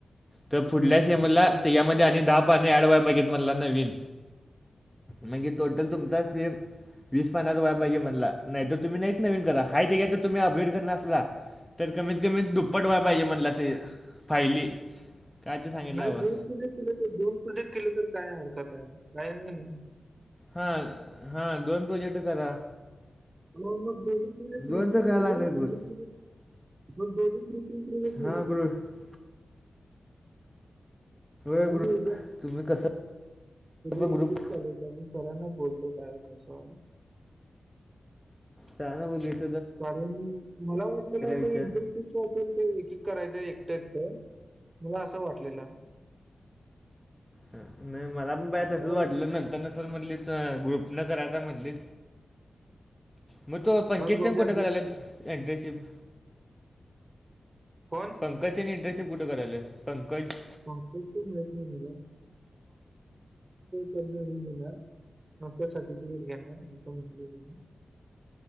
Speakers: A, in the centre; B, on the right.
A: तर पुड्या
B: हं.
A: सेमला त्यामधी आणि दहा पान आणि ॲड व्हायला पायजित म्हणला नवीन, म्हणजे टोटल तुमचा वीस पानाच व्हाय पाहिजे म्हणला, नाही तर तुम्ही नाही नवीन करा, हाय ते तर तुम्ही अपग्रेड करणार असला तर कमीत कमीत दुप्पट व्हायला पाहिजे म्हणला, ते फायली काय ते सांगितलं
B: नाही
A: हवा
B: दोन प्रोजेक्ट केले तर दोन प्रोजेक्ट केले तर काय हरकत आहे, काही नाही
A: हा हा, दोन प्रोजेक्ट करा.
B: दोन्ही मग ग्रुपिंग
A: दोन तर काय
B: आहे,
A: लागणार बघ
B: मग दोन्ही ग्रपिंग
A: हा ग्रुप होय
B: <unintelligible> उद्या
A: ग्रुप तुम्ही कसं पण
B: येतोय
A: ग्रुप
B: कॉलेज ला मी. सरांनाच बोलतो, काय कसं आहे?
A: सरांना बघुयात
B: कारण, मला वाटलेल ना ते
A: विचार
B: एंट्रन्स शिप असेल ते एक करायचंय, एकटं एकटं मला असं वाटलेलं. <unintelligible>
A: नाही, मला पण पयला
B: आता
A: तसंच वाटल, नंतर नसल म्हटली तर ग्रुप न करायचा म्हटली म तो पंकज
B: मग बघूया
A: संग कुठे कराल्यात, एंटरशिप.
B: कोण?
A: पंकज <unintelligible> इंटरेशिप कुठं करायल्यात, पंकज
B: पंकजच माहित नाही मला, <unintelligible> मग ते सर्टिफिकेट घेणार, तस म्हंटल तीनी.